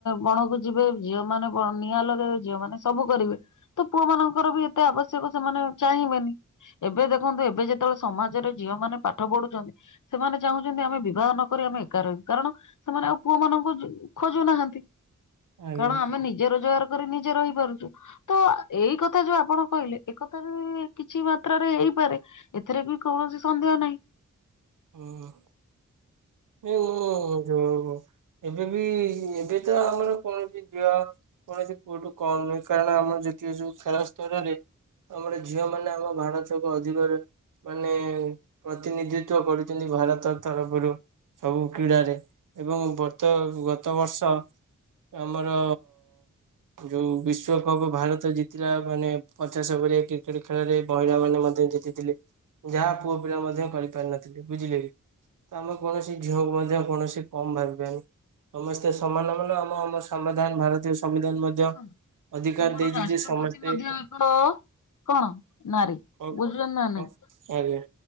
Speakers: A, on the left (about 75°); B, on the right (about 80°).
A: ବଣକୁ ଯିବେ ଝିଅ ମାନେ ନିଆଁ ଲଗାଇବେ ଝିଅ ମାନେ ସବୁ କରିବେ ତ ପୁଅ ମାନଙ୍କର ବି ଏତେ ଆବଶ୍ୟକ ସେମାନେ ଚାହିଁବେନି। ଏବେ ଦେଖନ୍ତୁ ଏବେ ଯେତେବେଳେ ସମାଜରେ ଝିଅ ମାନେ ପାଠ ପଢୁଛନ୍ତି ସେମାନେ ଚାହୁଁଛନ୍ତି ଆମେ ବିବାହ ନକରି ଆମେ ଏକା ରହୁ କାରଣ ସେମାନେ ଆଉ ପୁଅ ମାନଙ୍କୁ ଖୋଜୁନାହାନ୍ତି,
B: ଆଜ୍ଞା
A: କାରଣ ଆମେ ନିଜେ ରୋଜଗାର କରି ନିଜେ ରହିପାରୁଛୁ। ହଁ ଏଇ କଥା ଯୋଉ ଆପଣ କହିଲେ ଏକଥାରେ କିଛି ମାତ୍ରାରେ ହେଇପାରେ ଏଥିରେ ବି କୌଣସି ସନ୍ଦେହ ନାହିଁ।
B: <inaudible> ଏ ମୁଁ ଏବେ ବି ଏବେ ତ ଆମର କୌଣଛି ଝିଅ କୌଣସି ପୁଅଠୁ କମ୍ ନୁହେଁ କାରଣ ଆମର ଯୋତୀୟ ଯୋଉ ଖେଳ ସ୍ତରରେ ଆମର ଝିଅମାନେ ଆମ ଭାରତକୁ ଅଧିକରେ ମାନେ ପ୍ରତିନିଧିତ୍ବ କରୁଚନ୍ତି ଭାରତ ତରଫରୁ। ସବୁ କ୍ରୀଡାରେ ଏବଂ ବର୍ତ ଗତ ବର୍ଷ ଆମର ଯୋଉ ବିଶ୍ଵକପ ଭାରତ ଜିତିଲା ମାନେ ପଚାଶେ ପୁରେଇ କ୍ରିକେଟ ଖେଳରେ ମହିଳାମାନେ ମଧ୍ୟ ଜି ତିଲେ ଯାହା ପୁଅପିଲା ମଧ୍ୟ କରିପାରିିନଥିଲେ ବୁଝିଲେ ତ ଆମେ କୌଣସି ସବୁବେଳେ ଯେ ଆପଣ ସେ କୌଣସି କମ ଭାବିବେନି ସମସ୍ତେ ସମାନ ଆମର ନା ଆମ ଆମ ସମ୍ବିଧାନ ଭାରତୀୟ। ସମ୍ବିଧାନ ମଧ୍ୟ
A: ଦେଖନ୍ତୁ,
B: ଅଧିକାର
A: ଆମର
B: ଦେଇଛି
A: ରାଷ୍ଟ୍ରପତି
B: ଯେ ସମସ୍ତେ
A: ମଧ୍ୟ ଏକ କଣ ନାରୀ
B: ଆଜ୍ଞା
A: ବୁଝିଲ ନା ନାଇଁ,
B: ଆଜ୍ଞା